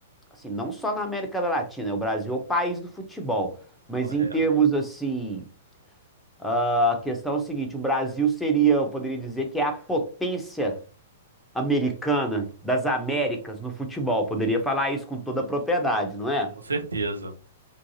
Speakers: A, in the centre; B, on the right (about 85°).
A: assim, não só na América Latina, é o Brasil é o país do futebol, mas
B: correto,
A: em termos assim, ah, a questão é o seguinte, o Brasil seria, eu poderia dizer que é a potência americana das Américas no futebol, poderia falar isso com toda a propriedade, não é?
B: com certeza.